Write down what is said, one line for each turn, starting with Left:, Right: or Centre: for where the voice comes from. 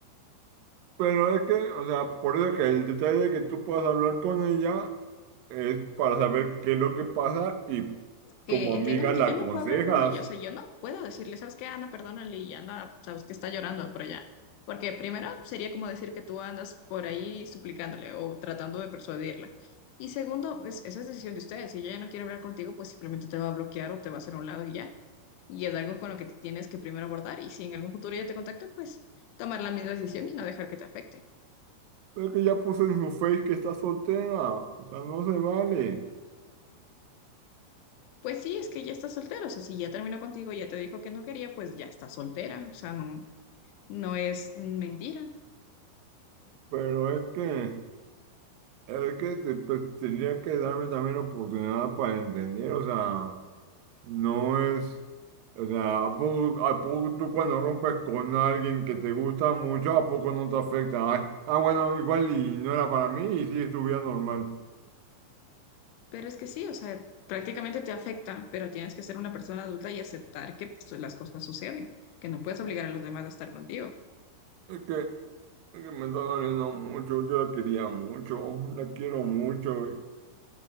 Right: pero es que, o sea, por eso que el detalle de que tú puedas hablar con ella es para saber qué es lo que pasa y
Left: que
Right: como amiga
Left: entiéndeme
Right: la
Left: que yo
Right: aconsejas.
Left: no puedo hablar con ellos, o sea, yo no puedo decirle, ¿sabes qué? anda perdónale y anda, sabes que está llorando por allá. Porque primero sería como decir que tú andas por ahí suplicándole o tratando de persuadirla. Y segundo, es, esa es decisión de ustedes. Si ella ya no quiere hablar contigo, pues simplemente te va a bloquear o te va a hacer a un lado y ya. Y es algo con lo que tienes que primero abordar. Y si en algún futuro ella te contacta, pues tomar la misma decisión y no dejar que te afecte.
Right: es que ya puso en su face que está soltera, o sea, no se vale.
Left: Pues sí, es que ya está soltera. O sea, si ya terminó contigo, ya te dijo que no quería, pues ya está soltera. O sea, no, no es mentira,
Right: Pero es que, es que te- pues, tendría que darme también oportunidad para entender, o sea, no es, o sea, ¿a poco, a poco tú cuando rompes con alguien que te gusta mucho, ¿a poco no te afecta? Ay, ah, bueno, igual y no era para mí y sigue tu vida normal.
Left: pero es que sí, o sea, prácticamente te afecta, pero tienes que ser una persona adulta y aceptar que pues, las cosas suceden, que no puedes obligar a los demás a estar contigo.
Right: Es que, es que me está doliendo mucho, yo la quería mucho, la quiero mucho y,